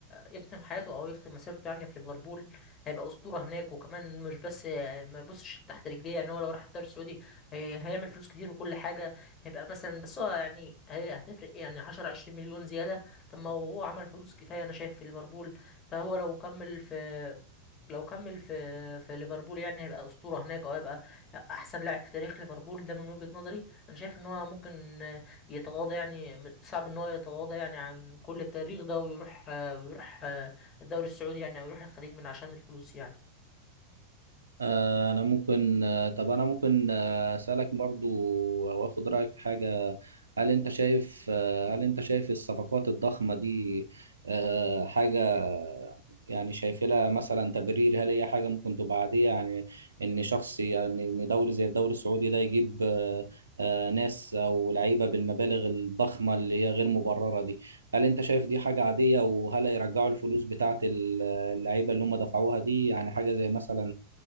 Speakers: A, on the left (about 25°); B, on the right (about 75°).
A: يختم حياته او يختم مسيرته يعني في ليفربول هيبقى اسطوره هناك وكمان مش بس ما يبصش تحت رجليه يعني هو لو راح الدوري السعودي هي هيعمل فلوس كتير وكل حاجه هيبقى مثلا بس هو يعني هي هتفرق إيه يعني 10 20 مليون زياده طب ما هو عمل فلوس كفايه انا شايف في ليفربول فهو لو كمل في لو كمل في في ليفربول يعني هيبقى اسطوره هناك او هيبقى احسن لاعب في تاريخ ليفربول ده من وجهه نظري انا شايف ان هو ممكن يتغاضى يعني صعب ان هو يتغاضى يعني عن كل التاريخ ده ويروح ويروح الدوري السعودي يعني او يروح الخليج من عشان الفلوس يعني
B: آه، انا ممكن آه، طب انا ممكن آه، اسالك برضو او اخد رايك في حاجه هل انت شايف آه، هل انت شايف الصفقات الضخمه دي آه، حاجه يعني شايف لها مثلا تبرير هل هي حاجه ممكن تبقى عاديه يعني ان شخص يعني ان دوري زي الدوري السعودي ده يجيب آه، آه، ناس او لعيبه بالمبالغ الضخمه اللي هي غير مبرره دي هل انت شايف دي حاجه عاديه وهل هيرجعوا الفلوس بتاعت اللعيبه اللي هم دفعوها دي يعني حاجه زي مثلا